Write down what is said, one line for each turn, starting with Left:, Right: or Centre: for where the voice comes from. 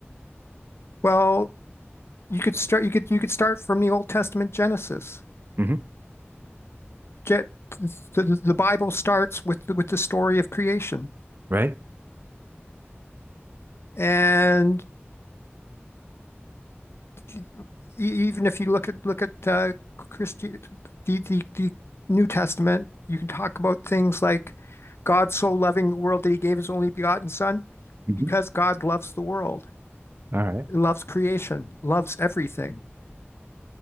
Left: Well, you could start you could you could start from the Old Testament Genesis.
Right: hmm
Left: Get the, the Bible starts with the, with the story of creation.
Right: Right?
Left: And e- even if you look at look at uh, Christi the, the the New Testament, you can talk about things like God so loving the world that he gave his only begotten son
Right: hmm
Left: because God loves the world,
Right: All right.
Left: loves creation, loves everything.